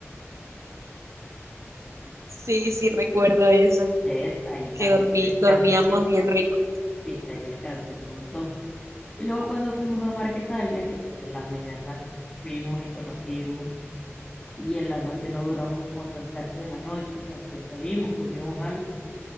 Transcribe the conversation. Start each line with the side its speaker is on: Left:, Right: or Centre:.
Right: Sí, sí, recuerdo eso,
Left: ¿Ves? Ahí
Right: que
Left: también
Right: dormí,
Left: descansé,
Right: dormíamos bien rico.
Left: viste, ahí descansé un montón. Y luego cuando fuimos a Marquetalia, que pues en las mañanas fuimos y conocimos, y en la noche no duramos como tan tarde de la noche, también salimos, comimos algo,